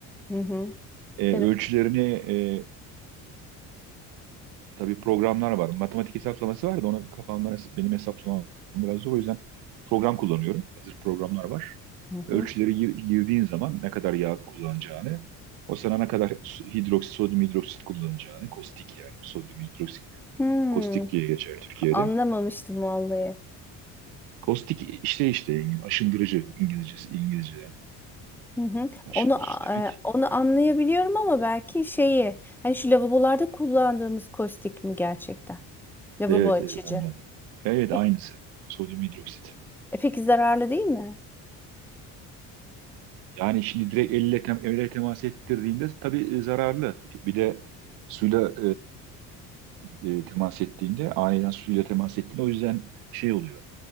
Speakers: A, in the centre; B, on the right (about 85°).
A: Hı hı.
B: E,
A: Ben
B: ölçülerini e, tabii programlar var. Matematik hesaplaması var da ona kafamdan benim hesaplamam biraz zor. O yüzden program kullanıyorum. Hazır programlar var.
A: Hı
B: Ölçüleri
A: hı.
B: gir- girdiğin zaman ne kadar yağ kullanacağını, o sana ne kadar su- hidroksit, sodyum hidroksit kullanacağını, kostik yani sodyum hidroksit,
A: Hmm,
B: kostik diye geçer Türkiye'de.
A: anlamamıştım vallahi.
B: Kostik işte işte İngil- aşındırıcı İngilizcesi İngilizceden
A: Hı hı.
B: aşındırıcı
A: Onu
B: demek.
A: e, onu anlayabiliyorum ama belki şeyi hani şu lavabolarda kullandığımız kostik mi gerçekten? Lavabo
B: Evet
A: açıcı.
B: evet, ondan. Evet
A: Peki,
B: aynısı. Sodyum hidroksit.
A: e, peki zararlı değil mi?
B: Yani şimdi direkt elle, tem elle temas ettirdiğinde tabii e, zararlı. Bir de suyla e, e, temas ettiğinde aniden suyla temas ettiğinde o yüzden şey oluyor.